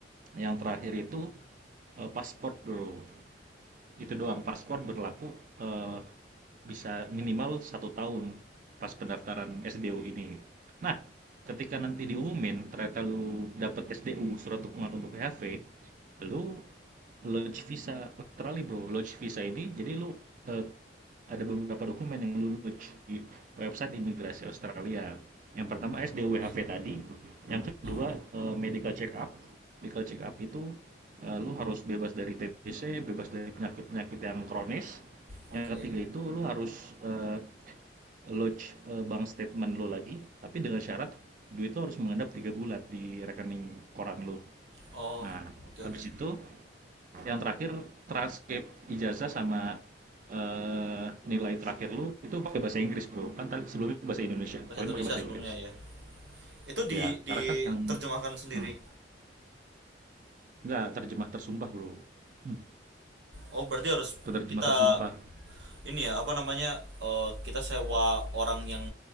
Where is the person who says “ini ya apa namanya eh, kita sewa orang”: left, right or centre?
Right